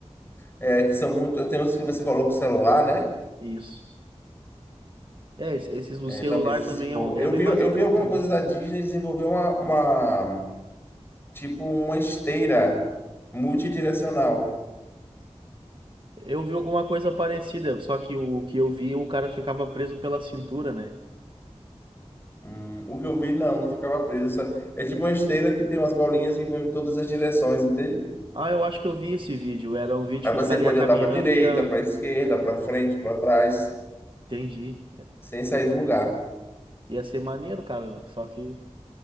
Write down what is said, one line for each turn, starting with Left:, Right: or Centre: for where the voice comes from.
Left: É, que são muito. Tem outros que você coloca o celular, né?
Right: Isso. É, esse- esses do
Left: É,
Right: celular
Left: talvez desenvolva.
Right: também é, um- é
Left: Eu
Right: bem
Left: vi,
Right: basicão
Left: eu vi alguma
Right: também.
Left: coisa da Disney desenvolver uma, uma- tipo uma esteira multidirecional.
Right: Eu vi alguma coisa parecida, só que o que eu vi, o cara ficava preso pela cintura, né?
Left: Hum, o que eu vi, não, não ficava preso. Só- É tipo uma esteira que tem umas bolinhas que vão em todas as direções, entende?
Right: Ah, eu acho que eu vi esse vídeo. Era um vídeo
Left: Aí
Right: que
Left: você
Right: o cara
Left: pode
Right: ia caminhando
Left: andar para direita,
Right: e ia.
Left: para esquerda, para frente, para trás,
Right: Entendi.
Left: sem sair do lugar.
Right: Ia ser maneiro, cara. Só que